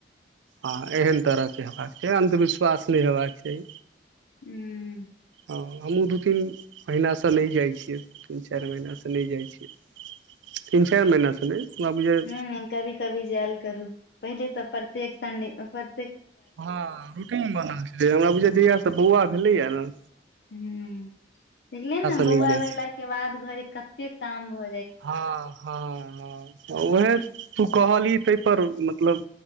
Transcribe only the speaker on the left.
हूँ
नहि नहि कभी कभी जायल करू पहिले तऽ प्रत्येक संडे ओकर
हूँ देखलियै ने
बौआ
भेला
के बाद घर कते काम भ